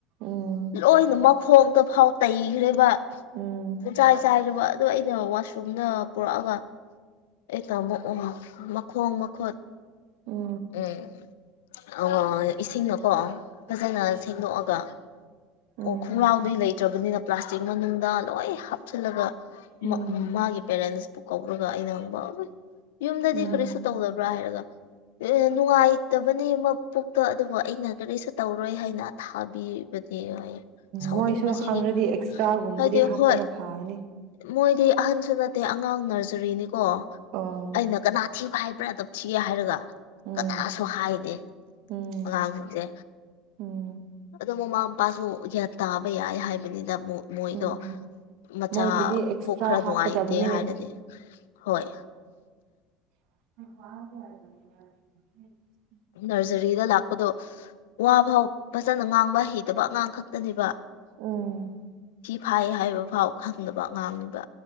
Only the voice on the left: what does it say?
ꯂꯣꯏꯅ ꯃꯈꯣꯡꯗꯣ ꯐꯥꯎ ꯇꯩꯈ꯭ꯔꯦꯕ
ꯄꯨꯡꯆꯥꯏ ꯆꯥꯏꯔꯕ ꯑꯗꯣ ꯑꯩꯅ ꯋꯥꯁꯔꯨꯝꯗ ꯄꯨꯔꯛꯑꯒ ꯑꯩꯅ ꯑꯃꯨꯛ ꯃꯈꯣꯡ ꯃꯈꯨꯠ
ꯎꯝ ꯑꯣ ꯏꯁꯤꯡ ꯑꯣ ꯐꯖꯅ ꯁꯦꯡꯗꯣꯛꯑꯒ
ꯑꯣ ꯈꯣꯡ꯭ꯔꯥꯎꯗꯤ ꯂꯩꯇ꯭ꯔꯕꯅꯤꯅ ꯄ꯭ꯂꯥꯁꯇꯤꯛ ꯃꯅꯨꯡꯗ ꯂꯣꯏ ꯍꯥꯞꯆꯤꯜꯂꯒ
ꯃꯥ ꯃꯥꯒꯤ ꯄꯦꯔꯦꯟꯁ ꯄꯨ ꯀꯧꯔꯒ ꯑꯩꯅ ꯕꯣꯏ ꯌꯨꯝꯗꯗꯤ
ꯀꯔꯤꯁꯨ ꯇꯧꯗꯕ꯭ꯔꯥ ꯍꯥꯏꯔꯒ ꯅꯨꯡꯉꯥꯏꯇꯕꯅꯦ ꯑꯃ ꯄꯣꯛꯇꯥ ꯑꯗꯨꯕꯨ ꯑꯩꯅ ꯀꯔꯤꯁꯨ ꯇꯧꯔꯣꯏ ꯍꯥꯏꯅ ꯊꯥꯕꯤꯕꯅꯤ ꯑꯦ ꯌꯥꯏ ꯁꯥꯎꯅꯤꯡꯕꯁꯤꯗꯤ
ꯍꯥꯏꯗꯤ
ꯍꯣꯏ
ꯃꯣꯏꯗꯤ ꯑꯍꯟꯁꯨ ꯅꯠꯇꯦ ꯑꯉꯥꯡ ꯅꯔꯖꯔꯤꯅꯤꯀꯣ
ꯑꯩꯅ ꯀꯅꯥ ꯊꯤꯕ ꯍꯥꯏꯕ꯭ꯔꯥ ꯅꯝꯊꯤ ꯍꯥꯏꯔꯒ
ꯀꯗꯥꯁꯨ ꯍꯥꯏꯗꯦ
ꯑꯉꯥꯡꯁꯤꯡꯁꯦ
ꯑꯗꯣ ꯃꯃꯥ ꯃꯄꯥꯁꯨ ꯒ꯭ꯌꯥꯟ ꯇꯥꯕ ꯌꯥꯏ ꯍꯥꯏꯕꯅꯤꯅ ꯃꯨꯛ ꯃꯣꯏꯗꯣ
ꯃꯆꯥ
ꯄꯨꯛ ꯈꯔ ꯅꯨꯡꯉꯥꯏꯇꯦ
ꯍꯥꯏꯔꯗꯤ ꯍꯣꯏ
ꯅ꯭ꯔꯖꯔꯤꯗ ꯂꯥꯛꯄꯗꯣ ꯋꯥ ꯐꯥꯎ ꯐꯖꯅ ꯉꯥꯡꯕ ꯍꯩꯇꯕ ꯑꯉꯥꯡ ꯈꯛꯇꯅꯦꯕꯤ
ꯐꯥꯏ ꯍꯥꯏꯕ ꯐꯥꯎ ꯈꯪꯗꯕ ꯑꯉꯥꯡꯅꯤꯗ